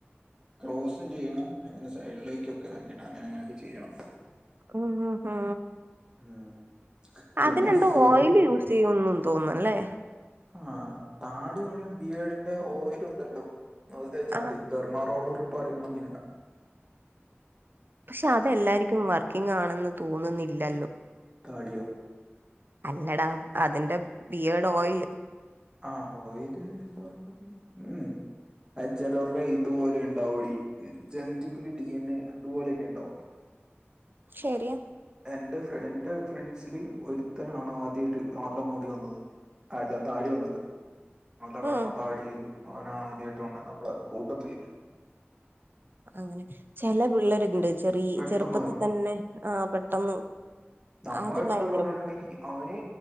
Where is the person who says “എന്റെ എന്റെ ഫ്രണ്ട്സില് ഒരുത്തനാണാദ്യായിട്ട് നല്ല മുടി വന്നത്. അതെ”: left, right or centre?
Right